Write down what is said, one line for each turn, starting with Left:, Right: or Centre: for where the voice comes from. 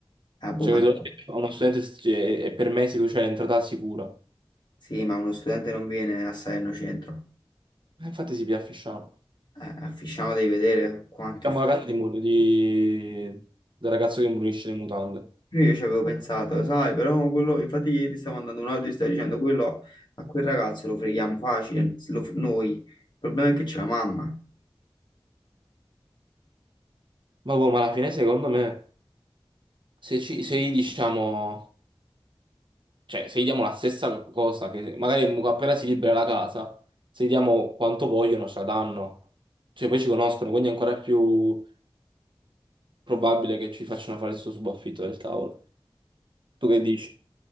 Left: Ah, boh,
Right: Cioè,
Left: ma...
Right: vedo
Left: no.
Right: uno studente st- e e per me si tu c'è l'entrata sicura.
Left: Sì, ma uno studente non viene a Salerno Centro.
Right: E infatti si piaffisciamo.
Left: Eh, a Fisciano devi vedere quanto
Right: Siamo
Left: è...
Right: la casa di, Mu- di- del ragazzo che imbrunisce le mutande.
Left: Pure Io ci avevo pensato, sai, però quello, infatti ieri stavo mandando un audio e stavo dicendo quello a quel ragazzo lo freghiamo facile, lo- noi. Il problema è che c'è la mamma.
Right: Ma boh, ma alla fine secondo me, se, ci, se gli diciamo, cioè se gli diamo la stessa cosa, che magari mu- appena si libera la casa, se gli diamo quanto vogliono, ce la danno. Cioè poi ci conoscono, quindi è ancora più probabile che ci facciano fare il suo subaffitto del cavolo. Tu che dici?